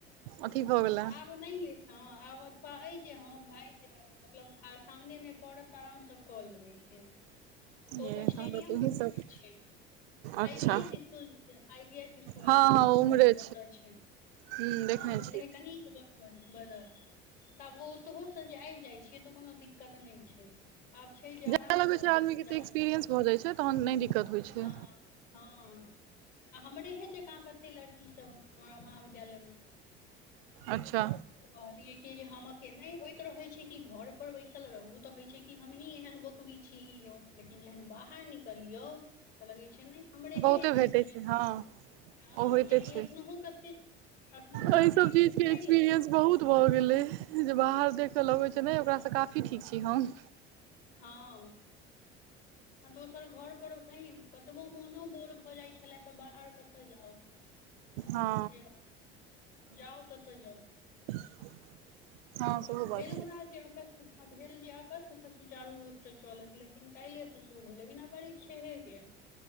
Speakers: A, on the right (about 65°); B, on the left (about 70°).
A: अथी भऽ गेले
B: आब नहि अछि हँ आब कहै जे हँ भाय मतलब आ सामने मे पड़त आरामसँ कऽ लेबै से त
A: ये
B: तऽ
A: तहन
B: स्टेडियम
A: तूही
B: रोड
A: सब
B: मे छै
A: अच्छा
B: आइ पी S school I P S school
A: हँ
B: लग मे
A: हँ उम्हरे
B: ओत छै
A: हूँ
B: ह
A: देखने
B: ओते
A: छियै
B: कनि क बस बस बदल तऽ आब ओ तोहुसँ जे आबि जाइ छियै तऽ कोनो दिक्कत नहि छै आब छै जे
A: जाय
B: आरामसँ
A: लगै छै आदमी के
B: जा
A: तऽ एक्सपीरियंस
B: सकै छी
A: भऽ जाइ छै तहन नहि दिक्कत होइ छै
B: हँ हँ आ हमरे हे जेका कते लड़कीसभ हमरा महाविद्यालय मे त
A: अच्छा
B: कहलियै कि जे हम अ केना होइत रहे छै कि घर पर बइसल चल रहू तऽ होइ छै कि हमही एहन बोकबी छी ई यौ लेकिन जेहन बाहर निकलियौ त लगे छै ने हमरेहे
A: बहुते
B: एहन
A: भेटै
B: छै
A: हँ ओ
B: ह
A: होइते
B: कियकि
A: छै
B: एखनो कते एखनहु
A: एहि
B: कते
A: सब
B: एहन
A: चीज के
B: छै
A: एक्सपीरियंस
B: लड़की सब।
A: बहुत भऽ गेलै देखै ल अगै छै नहि ओकरासँ काफी ठीक छी हम
B: हँ आ दोसर घरपर सही कतबो मोनो बोर भऽ जाइत छलए तऽ बाहर क कतऽ जाउ
A: हँ
B: से बात जाउ कतऽ जाउ
A: <inaudible>
B: तऽ अपन
A: सेहो
B: भेल
A: बात छै
B: हमरा जे अगस्त भेल जे अगस्तसँ सुचारू रूपसँ चलत लेकिन काल्हिएसँ शुरू भेलै बिना परिक्षेहे के